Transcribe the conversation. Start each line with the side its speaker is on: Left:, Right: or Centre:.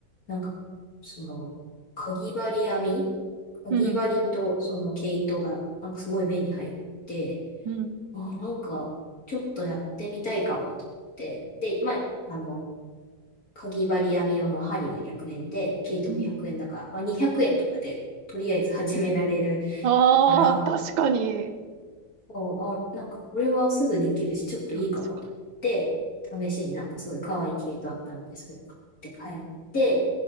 Left: なんか、その、かぎ針編みかぎ針とその毛糸が、
Right: うん、
Left: なんかすごい目に入って、
Right: うん。
Left: あ、なんか、ちょっとやってみたいかも、と思って。で、まあ、あの、かぎ針編み用の針が100円で、毛糸も100円だから、
Right: うん
Left: まあ、200円とかでとりあえず始められる
Right: ああー、
Left: から、
Right: 確かに。
Left: あ、なんかこれはすぐできるし、ちょっといいかもと思って、
Right: 確か
Left: 試しになんかすごい可愛い毛糸あったので、それを買って帰って、